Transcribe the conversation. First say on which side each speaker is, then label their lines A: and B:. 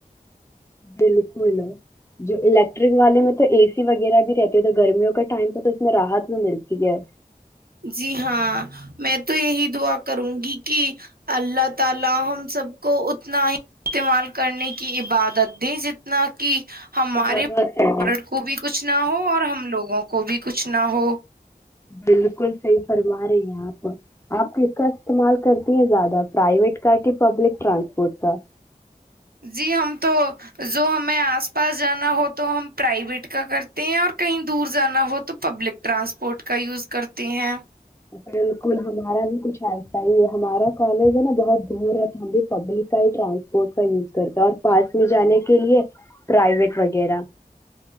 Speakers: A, on the left (about 15°); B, on the right (about 75°).
A: بالکل جو الیکٹرک والے میں تو اے سی وغیرہ بھی رہتی تو گرمیوں کا ٹائم پہ تو اس میں راحت بھی ملتی ہے
B: جی ہاں میں تو یہی دعا کروں گی کہ اللہ تعالی ہم سب کو اتنا ہی استعمال کرنے کی عبادت دیں جتنا کہ ہمارے
A: ضرورت ہے
B: کو بھی کچھ نہ ہو اور ہم لوگ گ کو بھی کچھ نہ ہو
A: بالکل صحیح فرما رہی ہیں آپ آپ کس کا استعمال کرتے زیادہ پرائیویٹ کر کے پبلک ٹرانسپورٹ کا
B: جی ہم تو جو ہمیں آس پاس جانا ہو تو ہم پرائیویٹ کا کرتے ہیں اور کہیں دور جانا ہو تو پبلک ٹرانسپورٹ کا یوز کرتے ہیں
A: بالکل ہمارا بھی کچھ ایسا ہی ہے ہمارا کالج ہے نا بہت دور ہے تو ہم بھی پبلک کا ہی ٹرانسپورٹ کا یوز کرتے اور پاس میں جانے کے لیے پرائیویٹ وغیرہ